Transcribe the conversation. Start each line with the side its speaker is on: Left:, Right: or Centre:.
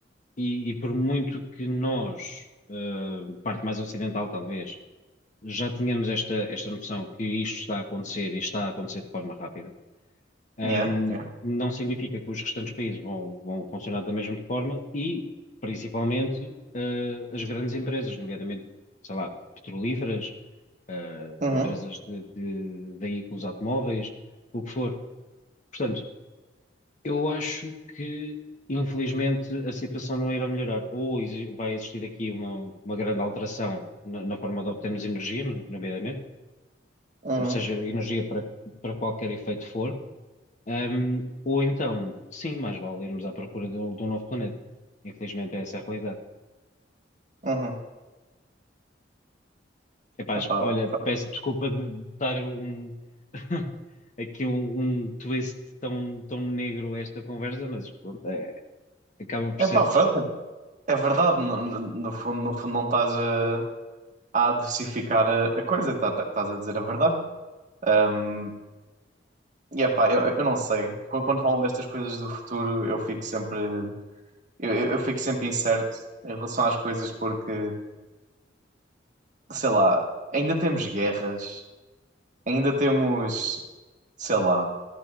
Left: e, e por muito que nós, eh, parte mais ocidental talvez, já tínhamos esta, esta noção que isto está a acontecer e está a acontecer de forma rápida, um,
Right: Yeah. Yeah.
Left: não significa que os restantes países vão, vão funcionar da mesma forma e, principalmente, eh, as grandes empresas, nomeadamente, sei lá, petrolíferas, eh,
Right: Uhum.
Left: empresas de, de veículos automóveis, o que for. Portanto, eu acho que, infelizmente, a situação não irá melhorar. Ou exi- vai existir aqui uma, uma grande alteração na, na forma de obtermos energia, nomeadamente,
Right: Uhum.
Left: seja energia para, para qualquer efeito for Ahm, ou então, sim, mais vale irmos à procura de um, de um novo planeta. Infelizmente, é essa a realidade.
Right: Uhum.
Left: Epaz,
Right: Epá,
Left: olha,
Right: pronto.
Left: peço desculpa de de dar um, <laughs> aqui um, um twist tão, tão negro a esta conversa, mas pronto, é- acaba por
Right: Epá,
Left: ser.
Right: pronto. É verdade. No, no- no fundo, no fundo não estás a, a adocificar a, a coisa. tá- tá- Estás a dizer a verdade. Um, e epá, eu, eu não sei. Quando, quando falam destas coisas do futuro, eu fico sempre... Eu, eu eu fico sempre incerto em relação às coisas porque, sei lá, ainda temos guerras, ainda temos, sei lá,